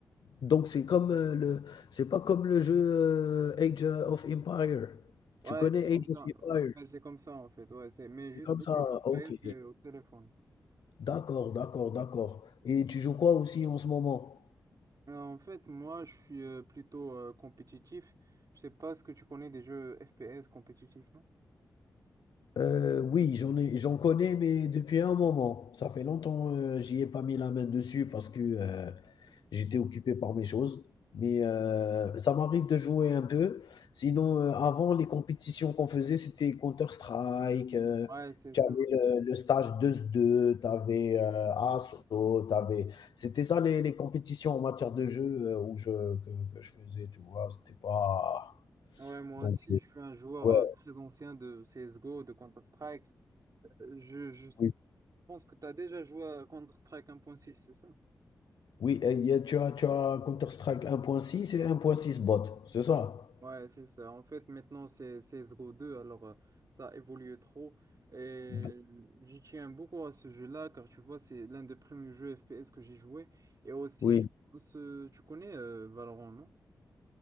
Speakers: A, on the left; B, on the right.
A: Donc c'est comme euh, le, c'est pas comme le jeu euh, Age of Empire.
B: Ouais,
A: Tu connais
B: c'est comme
A: Age
B: ça.
A: of Empire?
B: Ouais, c'est comme ça en fait. Ouais, c'est... Mais
A: C'est
B: juste
A: comme
B: les
A: ça.
B: jeux Free
A: Ok.
B: Fire, c'est au téléphone.
A: D'accord, d'accord, d'accord. Et tu joues quoi aussi en ce moment?
B: Euh, en fait, moi, je suis euh, plutôt euh, compétitif. Je sais pas ce que tu connais des jeux FPS compétitifs, non?
A: Euh, oui, j'en ai, j'en connais, mais depuis un moment. Ça fait longtemps, euh, j'y ai pas mis la main dessus parce que euh, j'étais occupé par mes choses. Mais euh, ça m'arrive de jouer un peu. Sinon, euh, avant, les compétitions qu'on faisait, c'était Counter-Strike. euh,
B: Ouais, c'est
A: tu
B: ça.
A: avais le, le stage 2-2, tu avais euh, Assaut, t'avais- C'était ça les, les compétitions en matière de jeu euh, où je, que, que je faisais, tu vois. C'était pas...
B: Ouais, moi
A: Donc,
B: aussi,
A: euh,
B: je suis un joueur
A: ouais,
B: euh, très ancien de CSGO, de Counter-Strike. Euh, Je, je s-
A: oui.
B: je pense que tu as déjà joué à Counter-Strike 1.6, c'est ça?
A: Oui, et il y a, tu as, tu as Counter-Strike un point six et un point six bot, c'est ça?
B: Ouais, c'est ça. En fait, maintenant, c'est c'est 02, alors euh, ça évolue trop. Et
A: D-
B: j'y tiens beaucoup à ce jeu-là, car tu vois, c'est l'un des premiers jeux FPS que j'ai joué. Et aussi,
A: Oui,
B: je pense, euh, tu connais euh, Valorant, non?